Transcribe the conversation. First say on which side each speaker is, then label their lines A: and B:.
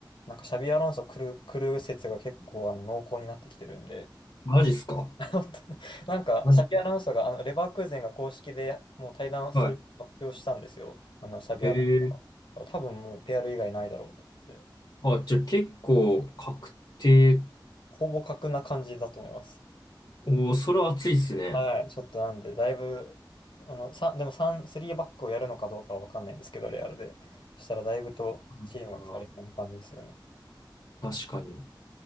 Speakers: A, on the left; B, on the left.
A: なんかシャビアロンソ来る、来る説が結構あの濃厚になってきてるんで、
B: マジっすか
A: <laughs> 本当になんか、
B: マジ
A: シャビアロンソが、あの、レバークーゼンが公式でもう対談する発表したんですよ。
B: は
A: あの、シャビアロンソが。
B: い。へえ。
A: 多分もう、レアル以外ないだろうと思って。
B: あ、じゃあ結構確定。
A: ほぼ格な感じだと思います。
B: おー、それは熱いっすね。
A: はい。ちょっとなんで、だいぶ、あの、さ、でも3、スリーバックをやるのかどうかはわかんないんですけど、レアルで。そしたらだいぶとチームが変わりそうな感じですよね。
B: うんあー確かに。